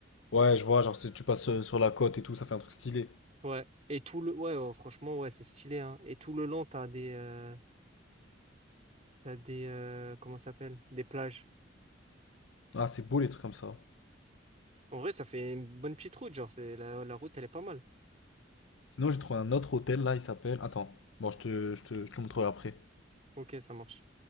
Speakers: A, on the left; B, on the right.
A: Ouais, je vois, genre, c'est- tu passes euh, sur la côte et tout, ça fait un truc stylé.
B: Ouais. Et tout le, ouais, ouais, franchement, ouais, c'est stylé, hein. Et tout le long, t'as des, euh, t'as des, euh, comment ça s'appelle? Des plages.
A: Ah, c'est beau les trucs comme ça.
B: En vrai, ça fait une bonne petite route, genre, c'est, la, la route, elle est pas mal.
A: Sinon, j'ai trouvé un autre hôtel là, il s'appelle. Attends, bon, je te, je te, je te le montrerai après.
B: Ok, ça marche.